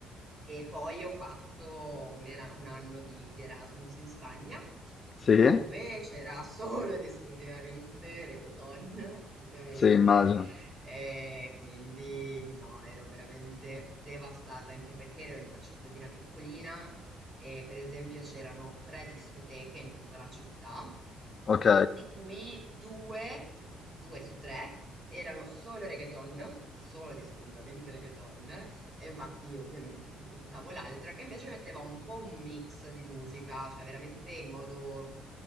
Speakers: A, on the right; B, on the left.
A: E poi ho fatto un, era- un anno di, di Erasmus in Spagna,
B: Sì?
A: dove c'era <laughs> solo ed esclusivamente reggaeton, <laughs> praticamente.
B: Sì, immagino.
A: E quindi no, ero veramente devastata, anche perché ero in una cittadina piccolina e per esempio c'erano tre discoteche in tutta la città
B: Ok.
A: di cui due, cioè due su tre, erano solo reggaeton, solo ed esclusivamente reggaeton, e infatti io ovviamente frequentavo l'altra che invece metteva un po' un mix di musica, cioè veramente in modo